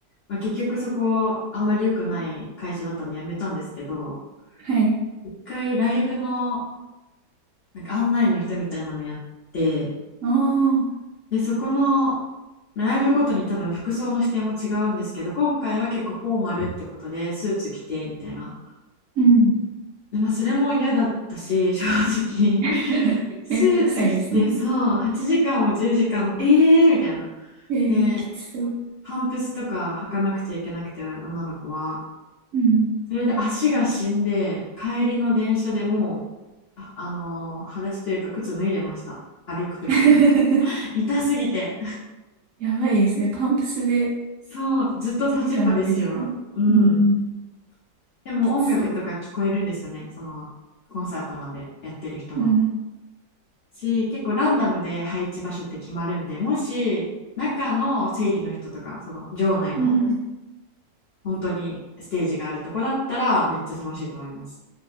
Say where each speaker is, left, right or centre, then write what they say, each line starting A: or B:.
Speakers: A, on the left; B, on the right.
A: まあ、結局そこあんまり良くない会社だったんでやめたんですけど
B: はい。
A: 一回ライブのなんか案内の人みたいなのやって
B: ああ、
A: でそこのライブごとに多分服装の指定も違うんですけど今回は結構フォーマルってことでスーツ着てみたいな
B: うん。
A: で、まあ、それも嫌だったし正直 <laughs>
B: <laughs>
A: スーツ着てさ8時間も10時間もえーみたいな。
B: めんどくさいですね。<laughs> えー、
A: で
B: きつそう。
A: パンプスとか履かなくちゃいけなくて女の子は
B: うん。
A: それで足が死んで帰りの電車でもうあ、あのー裸足というか靴脱いでました歩く時も
B: <laughs>
A: 痛すぎて
B: やばいですね。パンプスで1時間、
A: そうずっと立ちっぱですようん
B: 10時間。うん。
A: でも音楽とか聞こえるんですよねそのコンサートなんでやってる人の
B: きつそう。うん。
A: し結構ランダムで配置場所って決まるんでもし中の整理の人とかその場内の
B: うん。
A: 本当にステージがあるとこだったらめっちゃ楽しいと思います